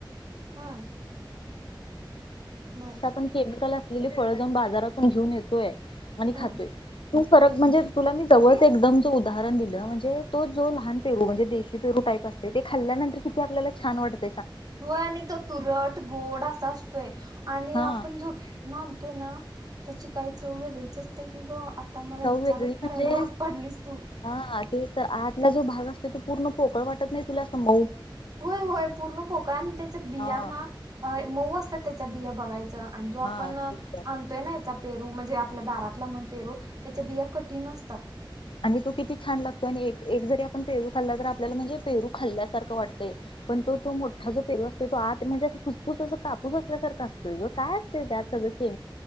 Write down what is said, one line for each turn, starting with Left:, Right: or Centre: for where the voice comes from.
Right: हम्म बर.
Left: व लेली फळ जाऊन बाजारातून घेऊन येतोय आणि
Right: हम्म
Left: खातोय तू फरक म्हणजे तुला मी जवळच एकदम जो उदाहरण दिलं म्हणजे तो जो लहान पेरू म्हणजे देशी पेरू पा ते खाल्ल्यानंतर किती आपल्याला छान वाटत
Right: होय आणि तो तुरट गोड असा असतोय आणि
Left: हा
Right: आपण जो भेणार ना त्याची काही चव वेगळीच असते की ग आता मला
Left: चव
Right: विचारच
Left: वेगळी
Right: करायला
Left: म्हणजे
Right: भाग पडलीस तू
Left: हा तर आजला जो भाग असो तो पूर्ण पोकळ वाटत नाही तुला समज
Right: होय होय पूर्ण पोका आणि त्याच्यात बियांना
Left: हा
Right: मऊ असतात त्याच्या बिया बघायचं आणि जो आपण
Left: हा
Right: आणतोय
Left: तेच तर
Right: ना याचा पेरू म्हणजे आपल्या दारातला म्हण पेरो त्याच्या बिया कठीण असतात
Left: आणि तो किती छान लागतो आणि एक एक जरी आपण पेरू खाल्ला तर आपल्याला म्हणजे पेरू खाल्ल्यासारखं वाटतंय पण तो तो मोठा जो पेल असतो आ म्हणजे फुटफूस अस कापूस असल्यासारखा असतो काय असते त्यात बसे